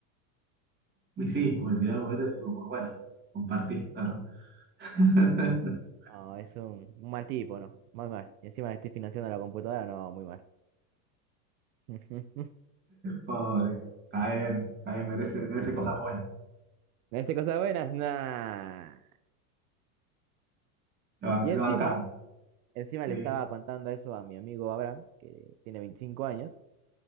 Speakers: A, on the right; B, on the right.
A: Y sí, porque si no, en algún momento es tipo, como, bueno, compartí, perro. <laughs>
B: No, es un, un mal tipo, ¿no? Muy mal. Y encima estoy financiando la computadora, no, muy mal. <laughs>
A: Pobre, está bien, está bien, merece, merece cosas buenas.
B: Me dice cosas buenas, nah.
A: Lo, ban-
B: Y encima,
A: lo bancamos.
B: encima
A: Sí.
B: le estaba contando eso a mi amigo Abraham, que tiene 25 años,